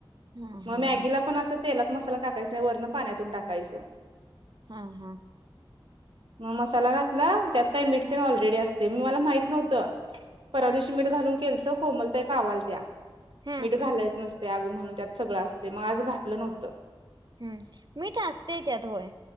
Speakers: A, on the right; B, on the right.
A: हा
B: मग
A: हा
B: मॅगीला पण अस तेलात मसाला टाकायचा नाही वरं पाण्यातून टाकायच.
A: हा हा
B: मग मसाला घातला त्यात काही मिठ
A: ह
B: तेन ऑलरेडी असते मी मला माहित नव्हत. परवा
A: हम्म
B: दिवशी मीठ घालून केल तर कोमलताई कावालत्या
A: हम्म
B: मीठ घालायच नसत. ते अग म्हणून त्यात सगळं असते मग आज घातलं नव्हतं
A: हम्म मीठ असतेय त्यात होय